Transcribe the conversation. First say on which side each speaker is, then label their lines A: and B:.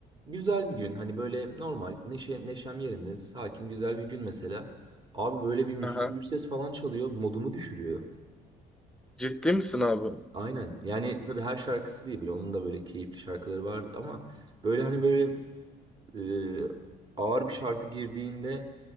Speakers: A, on the right (about 30°); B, in the centre.
A: Güzel bir gün. Hani böyle normal, neşe, neşem yerinde, sakin, güzel bir gün mesela. Abi böyle bir Müslüm
B: Aha.
A: Gürses falan çalıyor. Modumu düşürüyor.
B: Ciddi misin abi?
A: Aynen. Yani tabii her şarkısı değil bile. Onun da böyle keyifli şarkıları var ama böyle hani böyle e, ağır bir şarkı girdiğinde